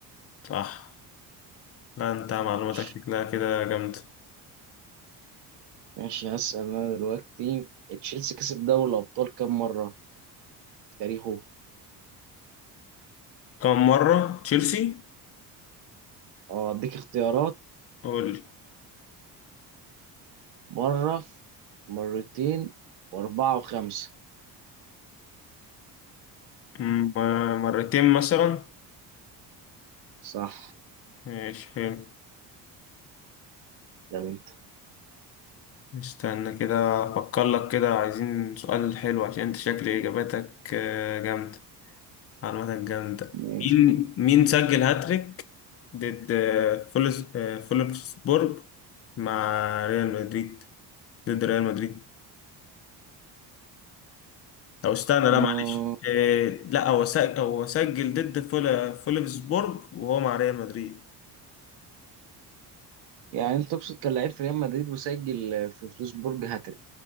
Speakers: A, on the left; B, on the right.
A: صح لا انت معلوماتك
B: ماشي
A: شكلها كده جامدة
B: ماشي هسأل انا دلوقتي تشيلسي كسب دوري الابطال كام مرة في تاريخه
A: كم مرة تشيلسي
B: اه اديك اختيارات
A: قول لي
B: مرة مرتين واربعة وخمسة
A: مم، مرتين مثلا
B: صح
A: ماشي حلو
B: يعني انت
A: استنى كده افكر لك كده عايزين سؤال حلو عشان انت شكل اجاباتك آه، جامدة معلوماتك جامدة
B: ماشي
A: مين مين سجل هاتريك ضد آه، فولس آه، فولفسبورج مع ريال مدريد ضد ريال مدريد او استنى
B: آه،
A: لا معلش آه، لا هو سجل هو سجل ضد فول- فولفسبورج وهو مع ريال مدريد
B: يعني انت تقصد كان لعيب في ريال مدريد وسجل في فلوسبورج هات